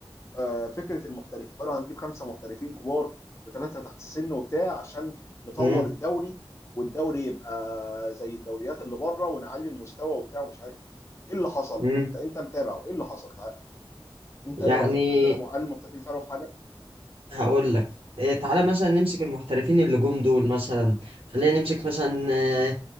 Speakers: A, on the left; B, on the right.
A: آه، فكره المحترفين قالوا هنجيب خمسه محترفين كبار وثلاثه تحت السن وبتاع عشان نطور
B: امم
A: الدوري والدوري يبقى زي الدوريات اللي بره ونعلي المستوى وبتاع ومش عارف ايه ايه اللي حصل
B: امم
A: انت انت متابع ايه اللي حصل تعال. انت
B: يعني
A: ايه رايك هل هل المحترفين فرقوا في حاجه
B: هقول لك إيه تعالى مثلا نمسك المحترفين اللي جم دول مثلا خلينا نمسك مثلا آه،